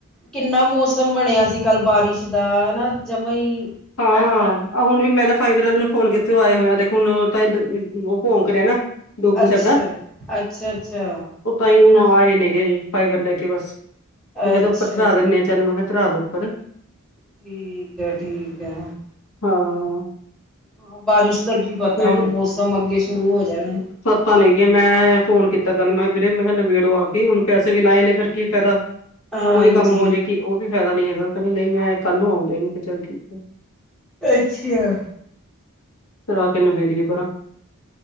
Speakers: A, in the centre; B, on the left.
A: ਕਿੰਨਾ ਮੌਸਮ ਬਣਿਆ ਸੀ ਕੱਲ ਬਾਰਿਸ਼ ਦਾ, ਹਨਾ ਜਮਾ ਈ।
B: ਹਾਂ-ਹਾਂ, ਹੁਣ ਵੀ ਮੈਂ ਨਾ ਫਾਈਬਰ ਵਾਲੇ ਨੂੰ ਫੋਨ ਕੀਤੇ ਉਹ ਆਏ ਹੋਏ ਆ, ਦੇਖੋ ਹੁਣ ਤਾਂ ਉਹ ਭੋਂਗ ਕਰਿਆ ਨਾ। ਡੋਗੂ
A: ਅੱਛਾ-ਅੱਛਾ-ਅੱਛਾ।
B: ਸਾਡਾ ਉਹ ਤਾਂਹੀ ਹੁਣ ਆਏ ਨੇਗੇ ਫਾਈਬਰ ਲੈ ਕੇ ਬਸ, ਮੈਂ
A: ਅੱਛਾ
B: ਕਿਹਾ ਉੱਪਰ ਧਰਾ
A: ਜੀ
B: ਦਿੰਨੇ ਆਂ। ਚੱਲ ਮੈਂ ਕਿਹਾ ਧਰਾ ਦੋ ਉੱਪਰ।
A: ਠੀਕ ਐ-ਠੀਕ ਐ।
B: ਹਾਂ।
A: ਹਾਂ ਬਾਰਿਸ਼ ਦਾ ਕੀ ਪਤਾ,
B: ਮੈਂ
A: ਹੁਣ ਮੌਸਮ ਅੱਗੇ ਸ਼ੁਰੂ ਹੋ ਜਾਣਾ।
B: ਪੈਪਾਂ ਨੀ ਗੀਆਂ, ਮੈਂ ਫੋਨ ਕੀਤਾ ਕੱਲ ਮੈਂ ਕਿਹਾ ਵੀਰੇ ਮੈਂ ਕਿਹਾ ਨਬੇੜੋ ਆਵਦੀ, ਹੁਣ ਪੈਸੇ ਵੀ ਲਾਏ ਨੇ ਫੇਰ ਕੀ ਫਾਇਦਾ।
A: ਹਾਂਜੀ
B: ਕੋਈ ਕੰਮ ਹੋ ਜੇ ਕਿ ਉਹ ਵੀ ਫਾਇਦਾ ਨੀ ਹੈਗਾ, ਕਹਿੰਦਾ ਨਹੀਂ ਮੈਂ ਕੱਲ ਨੂੰ ਆਉਂਗਾ ਜੀ, ਮੈਂ ਕਿਹਾ ਚੱਲ ਠੀਕ ਐ।
A: ਅੱਛਿਆ।
B: ਕਰਾ ਕੇ ਨਬੇੜੀਏ ਪਰਾਂ,